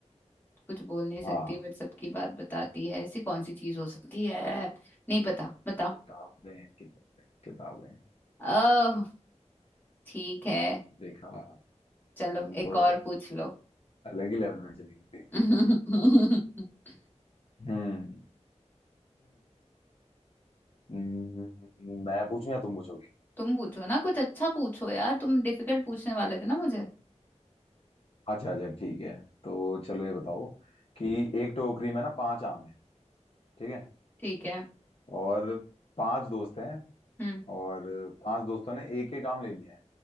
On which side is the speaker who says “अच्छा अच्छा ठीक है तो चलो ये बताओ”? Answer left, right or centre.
Left